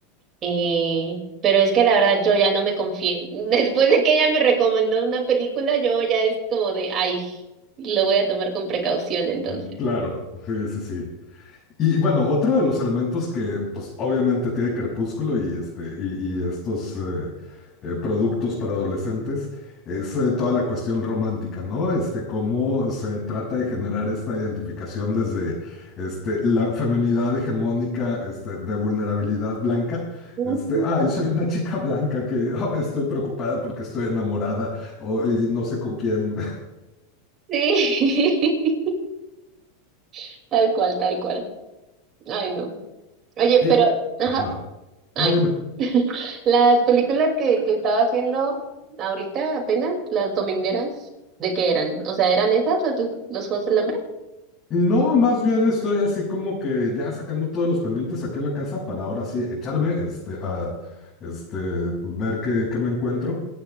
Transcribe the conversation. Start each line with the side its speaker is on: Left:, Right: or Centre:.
Right: Eh, pero es que la verdad yo ya no me confié. <laughs> Después de que ella me recomendó una película, yo ya es como de, ay, lo voy a tomar con precaución entonces.
Left: Mm, Claro, sí, sí, sí. Y bueno, otro de los elementos que, pues, obviamente tiene Crepúsculo y, este, y, y estos eh, eh, productos para adolescentes es eh, toda la cuestión romántica, ¿no? Este, cómo se trata de generar esta identificación desde este, la feminidad hegemónica, este, de vulnerabilidad blanca.
Right: Ujú.
Left: Este, ay, soy una chica blanca que <laughs> ah, estoy preocupada porque estoy enamorada o, y no sé con quién. <laughs>
Right: Sí, <laughs> tal cual, tal cual. Ay, no. Oye,
Left: Y,
Right: pero, ajá,
Left: ajá,
Right: ay.
Left: no, dime.
Right: <laughs> Las películas que, que estabas viendo ahorita apenas, las domingueras, ¿de qué eran? O sea, ¿eran esas las, los Juegos del Hambre?
Left: No, más bien estoy así como que ya sacando todos los pendientes aquí en la casa para ahora sí echarme este, a este, ver qué, qué me encuentro.